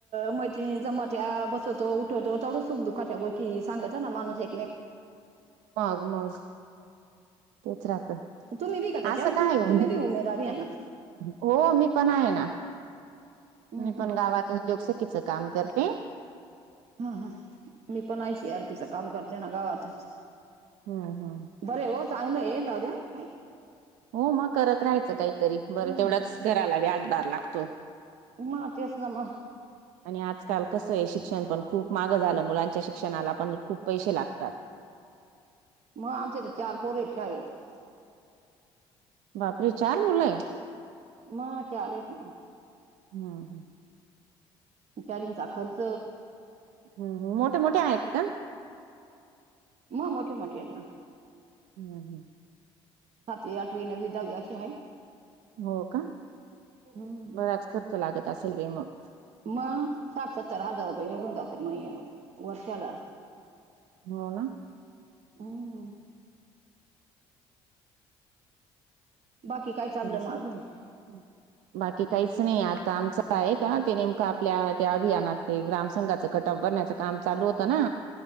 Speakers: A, on the right; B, on the right.
A: मज ते जमत्या बसतो-उठतो तेवढं सुख दुःखाच्या गोष्टी सांगत ना, माणूस एक
B: माग मग तेच रात
A: तुम्ही बी का त्याच्यात
B: असं काय ओ
A: तुम्ही
B: ही
A: बी उमेद अभियानात
B: हो मी पण आहे ना,
A: हम्म
B: मी
A: हम्म.
B: पण गावात उद्योग सखीचं काम करते.
A: हा हा, मी पण आय सी आर टी चं काम करते ना गावातच.
B: हम्म हम्म.
A: बरंय ओ चांगलंय <unintelligible>
B: हो मग करत राहायचं काहीतरी, बरं
A: मग
B: तेवढंच घराला बी हातबार लागतो.
A: म तेच ना म
B: आणि आजकाल कसंय शिक्षण पण खूप मागं झालं, मुलांच्या शिक्षणाला पण खूप पैशे लागतात.
A: म आमचे तर चार पोरयेत शाळेत
B: बापरे चार मुलंय?
A: म चार येत ना
B: हम्म.
A: <unintelligible> खर्च
B: हम्म हम्म. मोठे मोठे आहेत का?
A: म मोठे मोठे येत ना.
B: हम्म हम्म.
A: सतवी, अठवी, नवी, दावी अशे हाय.
B: हो का?
A: हम्म.
B: बराच खर्च लागत असेल बाई मग.
A: म सात सत्तर हजार रुपये निघून जातय मय वर्षाला.
B: हो ना.
A: हम्म. बाकी
B: <inaudible>
A: काय चाललं मग अजून
B: बाकी काहीच नाही आता आमचं आहे का ते नेमकं आपल्या त्या अभियानात ते ग्राम संंघाचं कटप करण्याचं काम चालू होतं ना